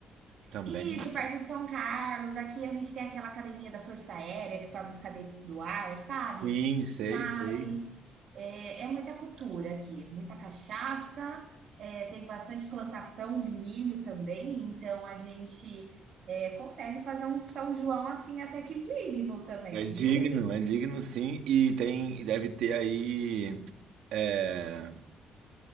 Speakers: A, on the right (about 80°); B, on the right (about 55°).
A: Também.
B: Isso, perto de São Carlos, aqui a gente tem aquela academia da Força Aérea que forma os cadetes do ar, sabe?
A: Sim, sei,
B: Mas
A: sei.
B: É, é muita cultura aqui, muita cachaça, é, tem bastante plantação de milho também, então a gente é, consegue fazer um São João assim até que digno também,
A: É digno,
B: viu?
A: é digno, sim. E tem, e deve ter aí. é,